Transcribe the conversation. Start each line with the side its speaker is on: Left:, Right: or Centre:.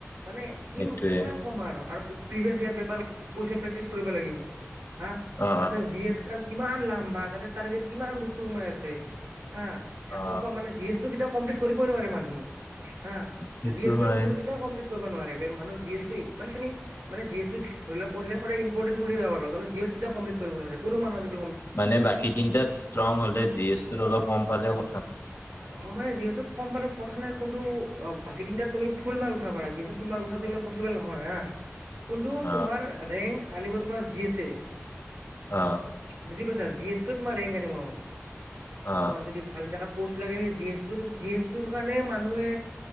Right: মানে কি
Left: সেইটোৱে
Right: কিমান ক'ম আৰু, আৰু প্ৰিভিয়াছ ইয়াৰ পেপাৰ প্ৰজিচন প্ৰেক্টিছ কৰিব লাগিব হা
Left: অ অ
Right: তাৰপিছত জি এছ খান কিমান লাম্বা তাতে তাৰ ভিতৰত কিমান বস্তু সোমাই আছে। হা
Left: অ
Right: এশ পৰা মানে জি এছ টো কিতাপ কমপ্লিট কৰিবই নোৱাৰে মানুহে। হা
Left: সেইটো
Right: জি এছ বুলি
Left: হয়
Right: বস্তুটো কেতিয়াওঁ কমপ্লিট কৰিব নোৱাৰে। মানুহ জি এছ টো মান তুমি মানে জ এছ টো ধৰিল প়ঢ়িলে সদায় ইম্পৰ্টেণ্ট পঢ়ি যাব পাৰা। কাৰন জি এছ কতিয়াও কম্পিল্ট ক কৰিব নোৱাৰে। কোনো মানুহে আজি
Left: মানে বাকী তিনটাত ষ্ট্ৰং হ'লে জি এছ টোত অলপ ক'ম পালেও ক
Right: অ' মানে জি এছ টোত ক'ম পালেও কথা নাই। কিন্তু বাকী তিনটাত তুমি ফুল মাৰ্ক উঠাব পাৰা জি এছত ফুল মাৰ্ক উঠাটো ইমান পচিব'ল নহয় হা। কোনটো
Left: অ
Right: তোমাৰ ৰেংক আনিব তোমাৰ জি এছে।
Left: অ
Right: বুজি পাইছা জি এছ টোয়ে তোমাৰ ৰেংক আনিব, আৰু
Left: অ
Right: তোমাৰ যদি ভাল জেগাত প'ষ্ট লাগে সেই জি এছ টোৰ জি এছ টোৰ কাৰণে সেই মানুহে